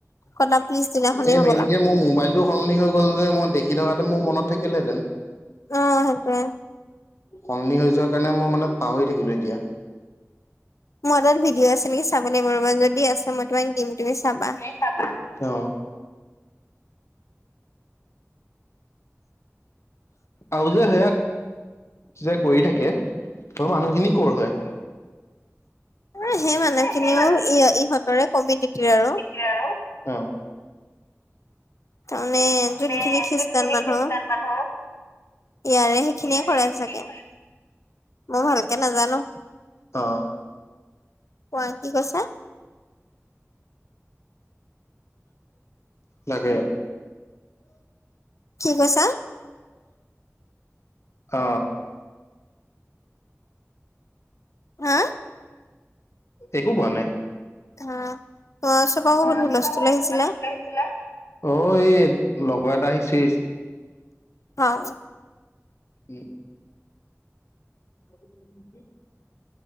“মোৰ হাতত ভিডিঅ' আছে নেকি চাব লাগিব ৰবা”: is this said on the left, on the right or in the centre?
Left